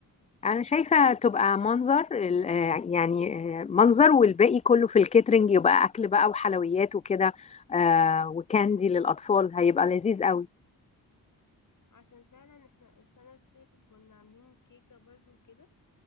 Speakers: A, on the left; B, on the left.
A: انا شايفة تبقى منظر ال- آه، يعني آه، منظر والباقي كله في الكيترينج يبقى اكل بقى وحلويات وكده آه، وكاندي للاطفال هيبقى لذيذ قوي
B: عشان فعلا احنا السنة اللي فاتت كنا عاملين كيكة برضو وكده